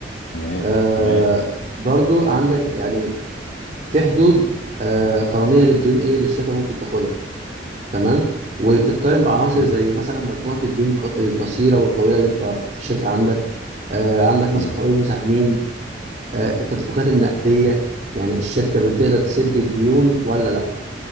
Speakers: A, on the left (about 75°); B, on the right (about 40°).
A: تمام
B: آه
A: تمام
B: برضو عندك يعني في حدود آه قانونية للديون إيه اللي الشركة ممكن تاخدها تمام وبتتقارن بعناصر
A: مم.
B: زي مثلا مجموعة الديون الق- القصيرة والطويلة اللي أنت في الشركة عندك آه، عندك مثلا
A: مم.
B: حقوق المساهمين آه، التدفقات النقديه يعني الشركه بتقدر تسد الديون ولا لا